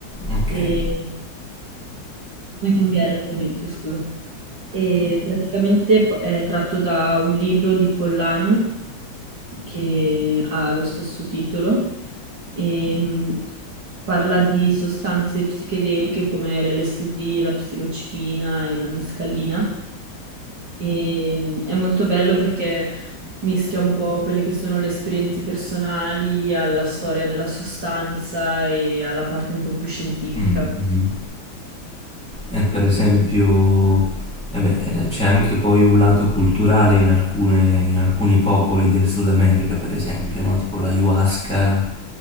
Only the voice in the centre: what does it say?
okay.
Mh, mh-mh. E per esempio,
eh beh, eh, c'è anche poi un lato culturale in alcune- in alcuni popoli del Sud America, per esempio, no? Tipo l'ayahuasca,